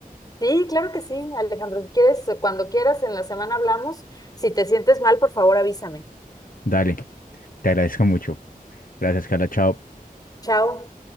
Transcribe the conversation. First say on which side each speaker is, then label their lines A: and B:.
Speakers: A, on the left; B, on the left.
A: Sí, claro que sí, Alejandro. Si quieres, cuando quieras, en la semana hablamos. Si te sientes mal, por favor, avísame.
B: Dale, te agradezco mucho. Gracias, Carla. Chao.
A: Chao.